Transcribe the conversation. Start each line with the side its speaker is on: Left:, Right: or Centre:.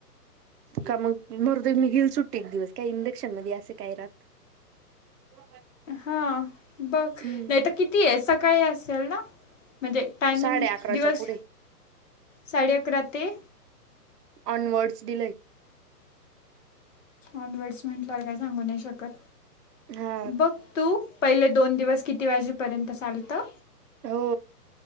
Right: का मग, मरूदे मी घेइल सुट्टी एक दिवस का इंडक्शन मध्ये असे काय राह <unintelligible>
Left: हा, बघ
Right: हम्म
Left: नाही तर किती आहे सकाळी असेल ना? म्हणजे टायमिंग
Right: साडे अकराच्या
Left: दिवस,
Right: पुढे
Left: साडे अकरा ते
Right: ऑनवर्ड्स दिलंय.
Left: ऑनवर्डस म्हंटल्यावर काय सांगू नाही शकत,
Right: हा
Left: बघ तू पहिले दोन दिवस किती वाजेपर्यंत चालतं?
Right: हो